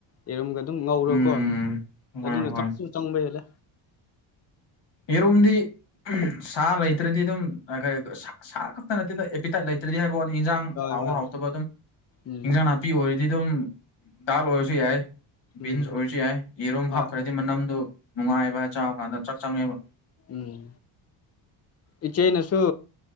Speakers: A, on the left; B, on the left.
A: ꯌꯦꯔꯨꯝꯒ ꯑꯗꯨꯝ ꯉꯧꯔꯣꯀꯣ
B: ꯎꯝ ꯍꯣꯏ
A: ꯑꯗꯨꯅ
B: ꯍꯣꯏ
A: ꯆꯥꯛꯁꯨ ꯆꯪꯕ ꯍꯦꯜꯂꯦ
B: ꯌꯦꯔꯣꯝꯗꯤ ꯁꯥ ꯂꯩꯇ꯭ꯔꯗꯤ ꯑꯗꯨꯝ ꯁꯥ ꯈꯛꯇ ꯅꯠꯇꯦꯗ ꯑꯦꯄꯤꯇꯥꯏꯠ ꯇ꯭ꯔꯗꯤ ꯍꯥꯏꯕ ꯋꯥꯅꯤ ꯏꯟꯖꯥꯡ
A: ꯍꯣꯏ
B: ꯍꯥꯎꯕ
A: ꯍꯣꯏ
B: ꯍꯥꯎꯇꯕ ꯑꯗꯨꯝ
A: ꯎꯝ
B: ꯏꯟꯖꯥꯡ ꯅꯥꯄꯤ ꯑꯣꯏꯔꯗꯤ ꯑꯗꯨꯝ ꯗꯥꯜ ꯑꯣꯏꯔꯁꯨ ꯌꯥꯏ ꯕꯤꯟꯁ
A: ꯎꯝ
B: ꯑꯣꯏꯔꯁꯨ ꯌꯥꯏ ꯌꯦꯔꯨꯝ
A: ꯍꯣꯏ
B: ꯍꯥꯞꯈ꯭ꯔꯗꯤ
A: ꯍꯣꯏ
B: ꯃꯅꯝꯗꯨ ꯅꯨꯡꯉꯥꯏꯕ ꯆꯥꯎ ꯀꯥꯟꯗ ꯆꯥꯛ ꯆꯪꯉꯦꯕ
A: ꯎꯝ ꯏꯆꯦꯅꯁꯨ